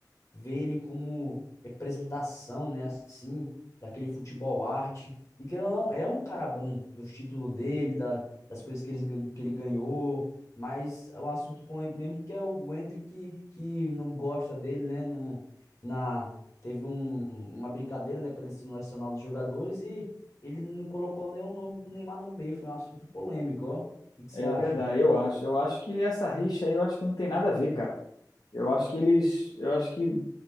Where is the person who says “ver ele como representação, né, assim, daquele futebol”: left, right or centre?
Left